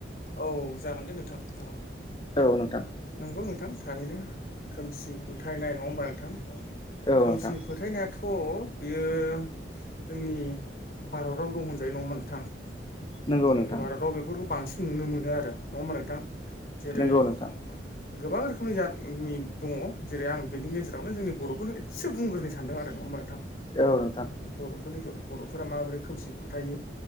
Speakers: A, on the left; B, on the left.
A: औ जागोन दे नोंथां जागोन
B: औ नोंथां
A: नंगौ नोंथां थारैनो खोमसि फोथायनाय नङा होमबा नोंथां!
B: औ
A: खोमसि
B: नोंथां
A: फोथायनायाथ' थ' बियो जोंनि भारतावनो दं होनजायो नङा नोंथां! जोंनि
B: नंगौ नोंथां
A: भारताव बेफोरखौ बांसिन नुनो मोनो आरो नङा होमबा नोंथां! जेरै
B: नंगौ नोंथां!
A: गोबां रोखोमनि जानि दङ जेरै आं बेनि गेजेरावनो जोंनि बर'फोरनो एसे बुंग्रोनो सानदों आरो नङा नोंथां!
B: औ नोंथां
A: बर'फोरनिखौ बर'फोरा माबोरै खोमसि फोथायो